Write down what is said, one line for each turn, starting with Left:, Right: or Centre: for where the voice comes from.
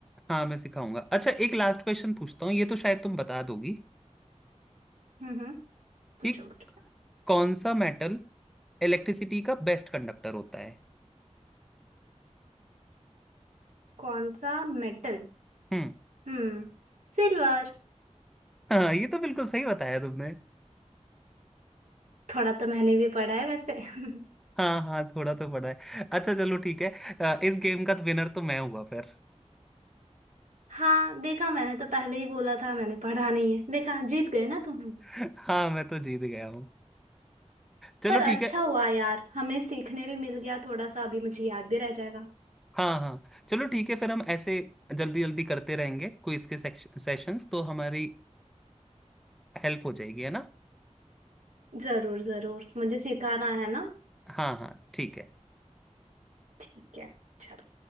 Centre: हाँ मैं सिखाऊंगा अच्छा एक लास्ट क्वेश्चन पूछता हूँ ये तो शायद तुम बता दोगी
Right: हम्म हम्म पूछो
Centre: कि
Right: पूछो
Centre: कौन सा मेटल इलेक्ट्रिसिटी का बेस्ट कंडक्टर होता है
Right: कौन सा मेटल
Centre: हम्म
Right: हम्म सिल्वर
Centre: हाँ ये तो बिल्कुल सही बताया तुमने
Right: थोड़ा तो मैंने भी पढ़ा है वैसे <laughs>
Centre: हाँ हाँ थोड़ा तो पढ़ा है अच्छा चलो ठीक है अ, इस गेम का विनर तो मैं हुआ फिर
Right: हाँ देखा मैंने तो पहले ही बोला था मैंने पढ़ा नहीं है देखा जीत गए ना तुम
Centre: <laughs> हाँ मैं तो जीत गया हूँ चलो
Right: पर अच्छा
Centre: ठीक है
Right: हुआ यार हमें सीखने भी मिल गया थोड़ा सा अभी मुझे याद भी रह जाएगा
Centre: हाँ हाँ चलो ठीक है फिर हम ऐसे जल्दी जल्दी करते रहेंगे क्विज के सेक्श, सेशंस तो हमारी हेल्प हो जाएगी है ना
Right: जरूर जरूर मुझे सिखाना है ना
Centre: हाँ हाँ ठीक है
Right: ठीक है चलो